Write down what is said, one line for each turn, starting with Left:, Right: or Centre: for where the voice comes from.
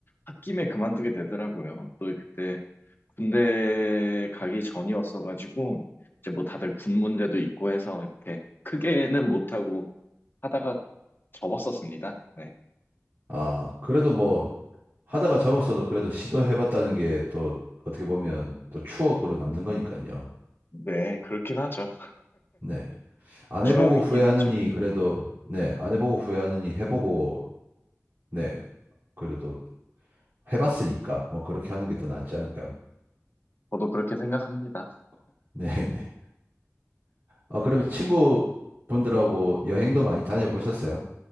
Left: 홧김에 그만두게 되더라고요. 또 그때 군대 가기 전이었어가지고 이제 뭐 다들 군 문제도 있고 해서 이렇게 크게는 못하고 하다가 접었었습니다. 네.
Right: 아, 그래도 뭐, 하다가 접었어도 그래도 시도해봤다는 게 또 어떻게 보면 또 추억으로 남는 거니까요.
Left: 네, 그렇긴 하죠.
Right: 네. 안
Left: 추억이긴
Right: 해보고 후회하느니
Left: 하죠.
Right: 그래도, 네. 안 해보고 후회하느니 해보고, 네. 그래도 해봤으니까 뭐 그렇게 하는 게 더 낫지 않을까요?
Left: 저도 그렇게 생각합니다.
Right: <laughs> 네네. 어, 그러면 친구분들하고 여행도 많이 다녀보셨어요?